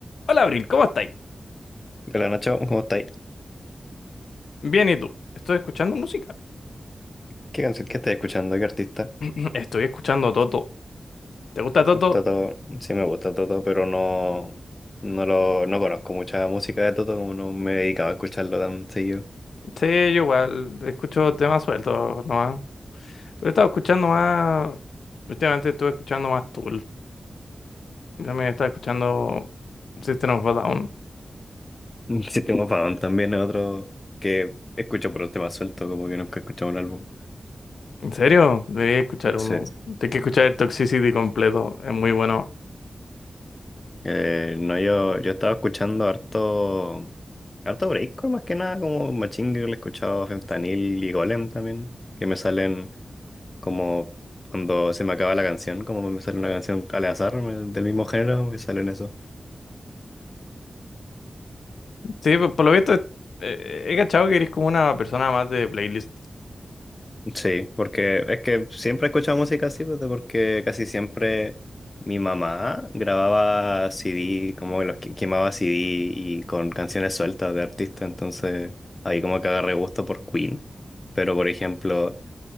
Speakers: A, on the left; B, on the left.
A: Hola Abril, ¿cómo estáis?
B: Hola Nacho, ¿cómo estáis?
A: Bien, ¿y tú? Estoy escuchando música.
B: ¿Qué canción que estáis escuchando? ¿Qué artista?
A: <clears throat> Estoy escuchando Toto. ¿Te gusta Toto?
B: Toto, sí me gusta Toto, pero no, no lo, no conozco mucha música de Toto, como no me he dedicado a escucharlo tan seguido.
A: Sí, yo igual escucho temas sueltos nomás. Pero he estado escuchando más. Últimamente estuve escuchando más Tool. También estaba escuchando System of a Down.
B: <laughs> System of a también es otro que escucho por un tema suelto, como que nunca he escuchado un álbum.
A: ¿En serio? Debería escuchar uno.
B: Sí.
A: Tengo que escuchar el Toxicity completo. Es muy bueno.
B: Eh, no, yo, yo estaba escuchando harto, harto breakcore más que nada, como Machine Girl, he escuchado Fentanyl y Golem también, que me salen Como cuando se me acaba la canción, como me sale una canción al azar me- del mismo género, me salen eso.
A: Sí, por, por lo visto, eh, he cachado que eres como una persona más de playlist.
B: Sí, porque es que siempre he escuchado música así, pues, de- porque casi siempre mi mamá grababa CD, como que los que- quemaba CD y con canciones sueltas de artistas, entonces ahí como que agarré gusto por Queen. Pero por ejemplo,